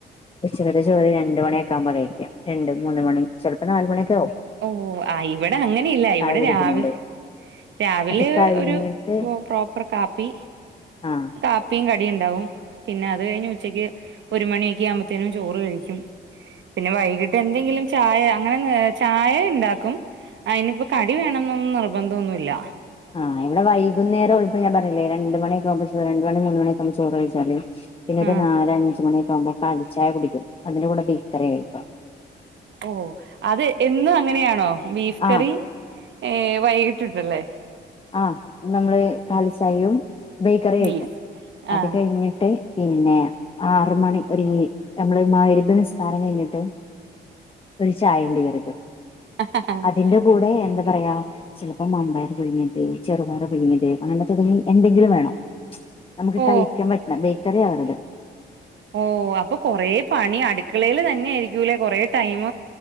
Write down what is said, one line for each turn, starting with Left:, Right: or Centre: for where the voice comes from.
Left: ഉച്ചിരത്തെ ചോറി രണ്ട് മണിയക്കാവകുമോ കഴിക്കാം രണ്ട് മൂന്ന് മണി ചിലപ്പോ നാ മണിയക്കെ ആകും
Right: ഓ ആയി ഇവിടെ അങ്ങനെ ഇല്ല ഇവിടെ
Left: കുടിക്കുന്നുണ്ട്
Right: രാവില രാവിലെ
Left: അത് കഴിഞ്ഞിട്ട്
Right: ഒരു പ്രോപ്പർ കാപ്പി
Left: ആഹ്
Right: കാപ്പിയും ക ണ്ടാവും പിന്നെ അത് കഴ ഉച്ചക്ക് ഒരു മണിയൊക്കെ ആ്പത്തേനും ചോറ് കഴിക്കും പിന്നെ വൈിട്ട് എന്തെങ്കിലും ചായങ്ങനെ ചായ ഉണ്ടാക്കും അതിനിപ്പോ കടി വേണം എന്നൊന്നും നിർബന്ധം ഒന്നുമില്ല
Left: ആ ഇവിടെ വൈകുന്നേരം ഇപ്പ ഞാൻ പറഞ്ഞി ല്ലേ രണ്ട് മണി മു ചോ രണ്ട്മണി മൂന്ന് മണി ചോറ്ഴിച്ചാൽ പിന്നെ ഒരു
Right: ആഹ്
Left: നാല് അഞ്ച്മണി പോകുമ്പോ കാലിച്ചായ കുടിക്കും അതിന്റെ കൂടെ ബേക്കറി കയിക്കും
Right: ഓ അത് എന്നും അങ്ങനെയാണോ ബീഫ് കറി
Left: ആഹ്
Right: ഏ വൈകിട്ടുണ്ടല്ലേ
Left: ആഹ നമ്മള് കാലി ചായയും ബേക്കറി കയിക്കും
Right: ബീഫ്
Left: അത്
Right: ആഹ്
Left: കഴിഞ്ഞിട്ട് പിന്നെ ആർ മണി ഒരു നമ്മള് മാ മഹ് രിബ് നിസ്കാരം കഴിഞ്ഞിട്ട് ഒരു ചായ ഉണ്ടി വരും ഓ
Right: ആഹ്
Left: അതിന്റെ കൂടെ എന്താ പറയാ ചെലപ്പ വൻപയർ പുഴുങ്ങിയത് ചെറുപയർ പുഴുങ്ങിയത് അങ്ങനെ തുടങ്ങി എന്തെങ്കിലും വേണം നമുക്ക്
Right: ഓ
Left: കഴിക്കാൻ പറ്റണം കറിയാവരുത്
Right: ഓ അപ്പൊ കൊറ പണി അടുക്കളയിയില് തന്നെ ആയിരിക്കൂല്ലേ കൊറ ടൈം